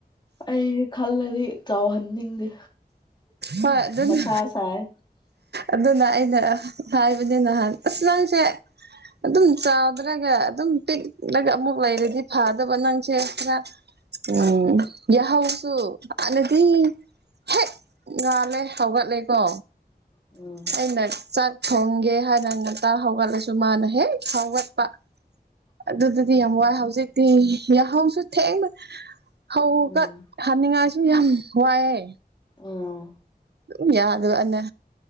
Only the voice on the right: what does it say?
ꯍꯣꯏ ꯑꯗꯨꯅꯦ
ꯑꯗꯨꯅ ꯑꯩꯅ ꯍꯥꯏꯕꯅꯦ ꯅꯍꯥꯟ ꯑꯁ ꯅꯪꯁꯦ ꯑꯗꯨꯝ ꯆꯥꯎꯗ꯭ꯔꯒ ꯑꯗꯨꯝ ꯄꯤꯛꯂꯒ ꯑꯃꯨꯛ ꯂꯩꯔꯗꯤ ꯐꯗꯕ ꯅꯪꯁꯦ ꯈꯔ ꯎꯝ ꯌꯥ ꯍꯧꯁꯨ ꯍꯥꯟꯅꯗꯤ ꯍꯦ ꯉꯥꯜꯂꯦ ꯍꯧꯒꯠꯂꯦꯀꯣ
ꯑꯩꯅ ꯆꯥꯛ ꯊꯣꯡꯒꯦ ꯍꯥꯏꯅ ꯉꯥꯛꯇ ꯍꯧꯒꯠꯂꯁꯨ ꯃꯥꯅ ꯍꯦꯛ ꯍꯧꯒꯠꯄ
ꯑꯗꯨꯗꯗꯤ ꯌꯥꯝ ꯋꯥꯏ ꯍꯧꯖꯤꯛꯇꯤ ꯌꯥꯍꯧꯁꯨ ꯊꯦꯡꯌꯦ ꯍꯧꯀꯥꯠ
ꯍꯥꯜꯅꯤꯡꯉꯥꯏꯁꯨ ꯌꯥꯝ ꯋꯥꯏꯑꯦ
ꯎ ꯌꯥꯗ ꯑꯅ